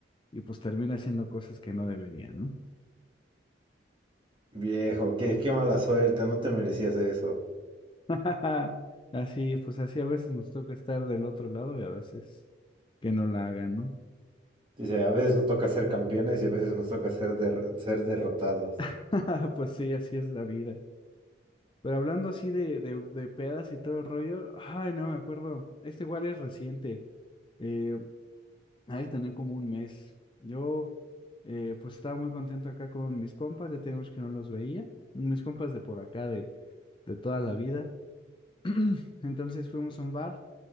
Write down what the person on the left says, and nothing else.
y pues termina haciendo cosas que no debería, ¿no?
<laughs> Así, pues así a veces nos toca estar del otro lado y a veces que no la hagan, ¿no?
<laughs> Pues sí, así es la vida. Pero hablando así de, de, de pedas y todo el rollo, ay, no me acuerdo. Este igual es reciente. Eh, ha tener como un mes. Yo, eh, pues estaba muy contento acá con mis compas, ya teníamos que no los veía. Mis compas de por acá, de, de toda la vida. <clears throat> Entonces fuimos a un bar